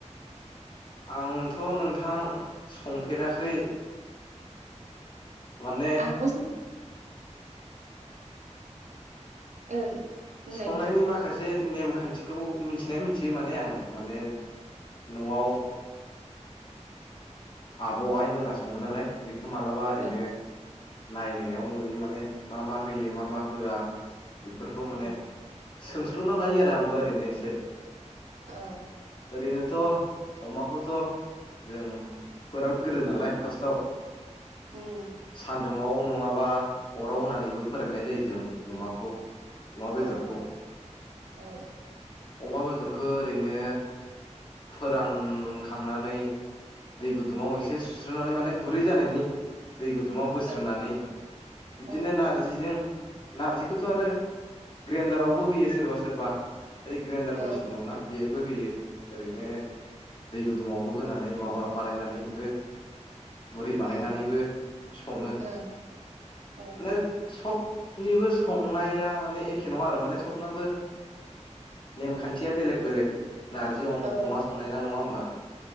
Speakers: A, on the left (about 40°); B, on the right (about 75°).
A: आंथ' नोंथां संफेराखै। माने
B: <unintelligible> ओं बुंलाय
A: संनायनि
B: नोंथां
A: माखासे नेमखान थिखौ मिथिनाया मिथियो माने आं माने न'आव आब' आइ मोना सङो नालाय बेखौ मालाबा ओरैनो
B: ओ
A: नायनायाव नुयो माने मा मा होयो मा मा होआ बेफोरखौ माने
B: उम
A: सोंस्लुना लायो आरो आंबो ओरैनो एसे।
B: ओं
A: ओरैनोथ' अमाखौथ' जों फोरानग्रोयो नालाय फार्स्टआव
B: उम
A: सान्दुंडाव नङाबा अराव होनानैबो फोराननाय जायो जों अमाखौ। अमा बेदरखौ
B: औ औ औ।
A: अमा बेदरखौ ओरैनो फोरानखांनानै दै गुदुङाव एसे सुस्रोनानै माने गुरै जानायनि दै गुदुङाव होस्रोनानै
B: ओ
A: बिदिनो
B: ओं
A: नार जिजों नारजिखौथ' आरो ग्रेन्दारावबो होयो सोरबा सोरबा। ओइ ग्रेन्डार
B: औ
A: मेसिन दंना बेहायबो होयो ओरैनो दै गुदुङावबो होनानै माबा बानायनानैबो गुरि बानायनानैबो
B: ओं
A: सङो
B: ओं ओं
A: <unintelligible> सब निबो संनाया माने एखे नङा आरो माने सबनाबो नेमखान्थिया बेलेग बेलेग नारजि अ
B: औ
A: अमा संनाय ना नङा होमबा?